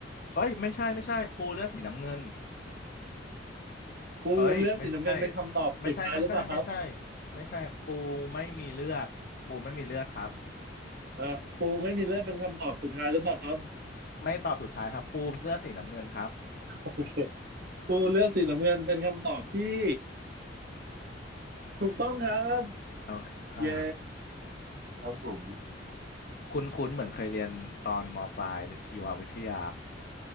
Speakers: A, on the left (about 50°); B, on the right (about 55°).
A: เอ้ยไม่ใช่ไม่ใช่ปูเลือดสีน้ำเงิน
B: ปูเลือดสีน้ำเงินเป็นคำตอบสุดท้ายหรือเปล่าครับ
A: เอ้ยไม่ใช่ไม่ใช่ไม่ใช่ไม่ใช่ไม่ใช่ปูไม่มีเลือดปูไม่มีเลือดครับ
B: อ่าปูไม่มีเลือดเป็นคำตอบสุดท้ายหรือเปล่าครับ
A: ไม่ตอบสุดท้ายครับปูเสื้อสีน้ำเงินครับ
B: โอเคปูเลือดสีน้ำเงินเป็นคำตอบที่ถูกต้องครับ
A: โอเคอ่า
B: เย้ครับผม
A: คุ้นคุ้นเหมือนเคยเรียนตอนมปลายหรือชีววิทยา